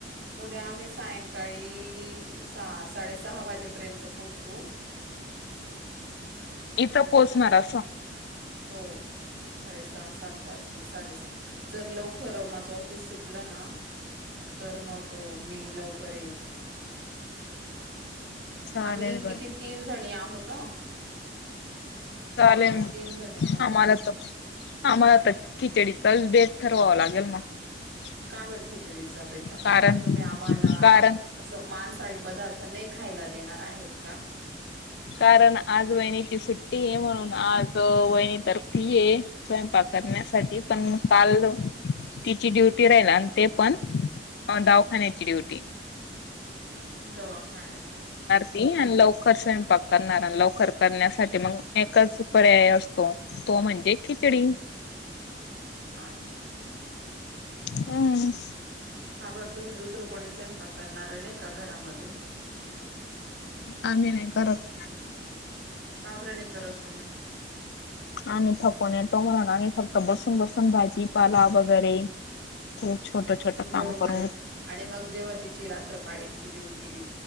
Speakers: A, on the right; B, on the left.
A: उद्या आम्ही सायंकाळी सहा- साडेसहा वाजेपर्यंत पोहोचू.
B: <inaudible> इथं पोहोचणार असं.
A: हो. साडेसहा सात वाजतील, साडेसात जर लवकर माझं ऑफिस सुटलं ना-
B: ह. <inaudible>
A: तर मग मी लवकर येईल.
B: चालेल
A: आम्ही किती तीन जणी आहोत. हा
B: ले
A: तीन जणी आहोत.
B: ह मालातव <unintelligible> आमला तर खिचडी चाल बेट ठरवावं लागेल मग- <unintelligible>
A: का बर खिचडीचा बेत,
B: कारण
A: का बर तुम्ही आम्हाला
B: कारण
A: असं मांसहारी पदार्थ नाही खायला देणार आहेत का?
B: कारण आज वहिणीची सुट्टी आहे, म्हणून आज वहिणी तर फ्रि आहे स्वयंपा करण्यासाठी पण काल तिची ड्युटी राहिल आणि ते पण दवाखान्याची ड्युटी
A: दवाखान्याची.
B: त आणि लवकर स करणारा लवकर करण्यासाठी मग एकच पर्याय असतो, तो म्हणजे खिचडी. ह.. <inaudible>
A: अच्छा.
B: हम्म..
A: का बर, तुम्ही दुसरं कोणी स्वयंपाक करणार नाही का घरामध्ये?
B: आम्ही नाही करत.
A: का बरं नाही करत तुम्ही?
B: आणि् थपून तोम्हाला कतो <unintelligible> बसून बसून भाजीपाला वगैरे ते छोटं
A: ह
B: छोटं काम
A: बरोबर
B: करून
A: आहे आणि मग जेव्हा तिची रात्र सकाळीची ड्युटी